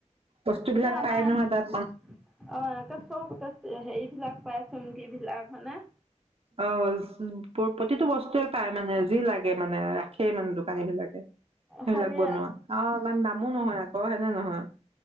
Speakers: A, on the right; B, in the centre.
A: বস্তুবিলাক
B: এতিয়া আমাৰ
A: পাই নহয় তাত
B: আহ এ চব। সেইবিলাক পাই চুমকী বিলাকমানে।
A: অ' প্ৰতিটো বস্তুয়ে পায় মানে যি লাগে। লাগে মানে ৰাখেই মানে দোকানী বিলাকে সেইবিলাক
B: খালি
A: বনোৱা অ ইমান দামো নহয় অ অ হেনে নহয়